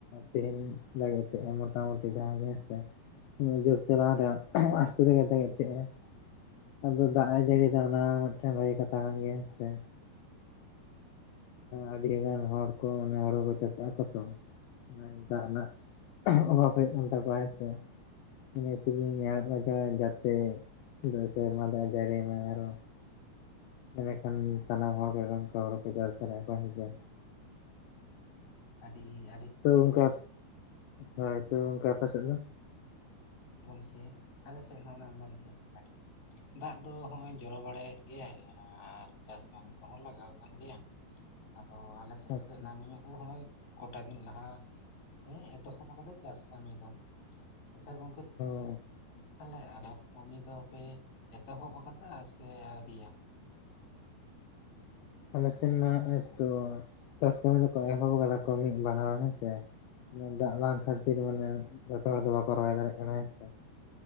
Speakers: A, on the left; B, on the left.
A: ᱛᱮᱦᱮᱧ ᱞᱟᱹᱜᱤᱫ ᱛᱮ ᱢᱚᱴᱟᱢᱩᱴᱤ ᱡᱟᱦᱟᱸ ᱜᱮ ᱦᱮᱸᱥᱮ ᱡᱩᱨᱛᱮ ᱵᱟᱝ ᱨᱮᱦᱚ ᱟᱥᱛᱮᱧᱚᱜ ᱫᱟᱜᱮᱫ ᱛᱟᱦᱮᱸᱫ ᱟᱫᱚ ᱫᱟᱜ ᱮ ᱡᱟᱹᱲᱤᱭ ᱫᱟᱜ ᱚᱱᱟ ᱢᱤᱫᱴᱮᱱ ᱵᱷᱟᱹᱜᱤ ᱠᱟᱛᱷᱟ ᱠᱟᱱ ᱜᱮᱭᱟ ᱦᱮᱸ ᱥᱮ ᱟᱹᱰᱤ ᱜᱟᱱ ᱦᱚᱲ ᱠᱚ ᱚᱱᱮ ᱦᱚᱲᱩ ᱠᱚ ᱪᱟᱥᱟᱜᱼᱟ ᱠᱚ ᱛᱚ ᱫᱟᱜ ᱨᱮᱱᱟᱜ ᱚᱵᱷᱟᱵ ᱦᱩᱭᱩᱜ ᱠᱟᱱ ᱛᱟᱠᱚᱣᱟ ᱦᱮᱸ ᱥᱮ ᱤᱱᱟᱹ ᱛᱮᱞᱤᱧ ᱱᱮᱦᱮᱨᱚᱜ ᱠᱟᱱᱟ ᱡᱟᱛᱮ ᱫᱟᱜ ᱥᱮᱨᱢᱟ ᱫᱟᱜ ᱮ ᱡᱟᱹᱲᱤᱭ ᱢᱟ ᱟᱨᱚ ᱮᱸᱰᱮᱠᱷᱟᱱ ᱥᱟᱱᱟᱢ ᱦᱚᱲᱜᱮ ᱦᱩᱲᱳᱠᱚ ᱪᱟᱥ ᱫᱟᱲᱮᱭᱟᱜᱼᱟ ᱠᱚ ᱦᱮᱥᱮ
B: ᱟᱹᱰᱤ ᱾
A: ᱛᱚ ᱜᱚᱢᱠᱮ ᱦᱳᱭ ᱛᱚ ᱜᱚᱢᱠᱮ ᱟᱯᱮ ᱥᱮᱫ ᱫᱚ?
B: ᱜᱚᱢᱠᱮ ᱟᱞᱮ ᱥᱮᱫ ᱦᱚᱸ ᱚᱱᱮ ᱢᱮᱱ ᱠᱮᱫ ᱞᱮᱠᱟᱜᱮ ᱫᱟᱜ ᱫᱚ ᱱᱚᱸᱜᱼᱚᱭ ᱡᱚᱨᱚ ᱵᱟᱲᱟᱭᱮᱫ ᱜᱮᱭᱟᱭ ᱾ ᱟᱨ ᱪᱟᱥ ᱠᱟᱹᱢᱤ ᱠᱚᱦᱚᱸ ᱞᱟᱜᱟᱣ ᱟᱠᱟᱱ ᱜᱮᱭᱟ ᱟᱫᱚ ᱟᱞᱮ ᱥᱮᱫ
A: ᱟᱪᱪᱷᱟ
B: ᱫᱚ ᱠᱟᱹᱡ ᱱᱟᱹᱢᱤ ᱧᱚᱜ ᱼᱼ ᱱᱚᱸᱜᱼᱚᱭ ᱠᱚᱴᱟ ᱫᱤᱱ ᱞᱟᱦᱟ ᱮᱛᱚᱦᱚᱵ ᱟᱠᱟᱫᱟ ᱪᱟᱥ ᱠᱟᱹᱢᱤ ᱫᱚ ᱾ ᱟᱪᱪᱷᱟ ᱜᱚᱝᱠᱮᱼᱼ
A: <unintelligible>
B: ᱛᱟᱦᱞᱮ ᱪᱟᱥ ᱠᱟᱹᱢᱤ ᱫᱚ ᱯᱮ ᱮᱛᱚᱦᱚᱵ ᱟᱠᱟᱫᱟ ᱥᱮ ᱟᱹᱣᱨᱤᱭᱟ?
A: ᱟᱞᱮ ᱥᱮᱱ ᱢᱟ ᱱᱚᱜᱼᱚᱭ ᱛᱚ ᱪᱟᱥ ᱠᱟᱹᱢᱤ ᱫᱚ ᱠᱚ ᱮᱦᱚᱵ ᱠᱟᱫᱟ ᱠᱚ ᱢᱤᱫ ᱵᱟᱨ ᱦᱮᱸ ᱥᱮ ᱾ ᱫᱟᱜ ᱵᱟᱝ ᱠᱷᱟᱹᱛᱤᱨ ᱢᱟᱱᱮ ᱡᱚᱛᱚ ᱦᱚᱲ ᱫᱚ ᱵᱟᱠᱚ ᱨᱚᱦᱚᱭ ᱫᱟᱲᱮᱭᱟᱜ ᱠᱟᱱᱟ ᱦᱮᱸ ᱥᱮ ᱾